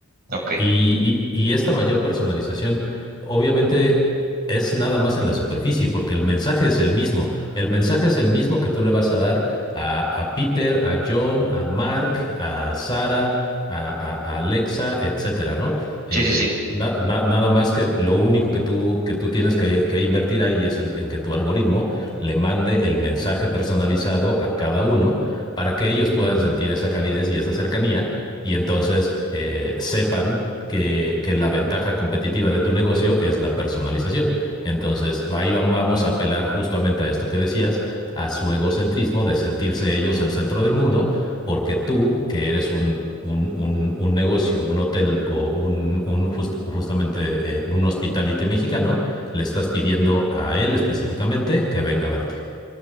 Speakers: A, on the right; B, on the left.
A: Ok.
B: Y, y- y esta mayor personalización, obviamente, es nada más en la superficie, porque el mensaje es el mismo. El mensaje es el mismo que tú le vas a dar a, a Peter, a John, a Mark, a Sara, a, a- a Alexa, etcétera, ¿no?
A: Sí,
B: Eh,
A: sí, sí.
B: Na- na- nada más que lo único que tú, que tú tienes que, que invertir ahí es en, en que tu algoritmo le mande el mensaje personalizado a cada uno para que ellos puedan sentir esa calidez y esa cercanía y entonces eh, sepan que, que la ventaja competitiva de tu negocio es la personalización. Entonces, ahí vam- vamos a apelar justamente a esto que decías, a su egocentrismo de sentirse ellos el centro del mundo porque tú, que eres un, un, un- un negocio, un hotel o un, un jus- justamente eh, un hospitality mexicano, le estás pidiendo a él específicamente que venga a verte.